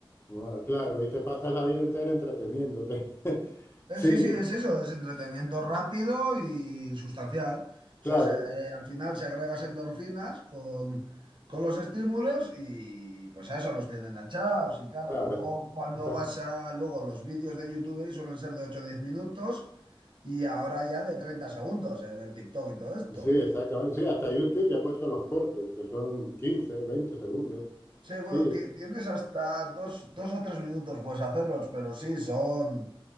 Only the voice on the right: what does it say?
Eh,
Sí, sí,
es eso, es entretenimiento rápido y sustancial. O
sea, se- eh, al final se agregas endorfinas con, con los estímulos y pues a eso los tienen enganchados. Y claro,
luego cuando
vas a, luego los vídeos de YouTube ahí suelen ser de ocho o 10 minutos y ahora ya de 30 segundos en el TikTok y todo esto.
Sí, bueno,
ti- tienes hasta dos, dos o tres minutos, puedes hacerlos, pero sí, son...